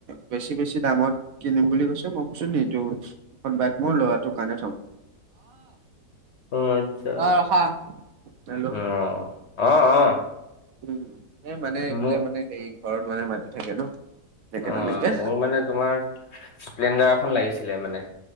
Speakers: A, on the right; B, on the left.
A: বেছি-বেছি দামত কিনিম বুলি কৈছে! মই কৈছোঁ, নিদিওঁ। বাইক মোৰ ল'ৰাটো কাৰণে থম।
B: অ আচ্ছা
A: অ ৰখা। হেল্ল'
B: অ অ অ
A: উম এ মানে এইফালে
B: মোক
A: মানে হেৰি ঘৰত মানে মাতি থাকে ন। তেনেকে
B: অ
A: তেনেকে।
B: মোৰ মানে তোমাৰ স্প্লেণ্ডাৰ এখন লাগিছিলে মানে।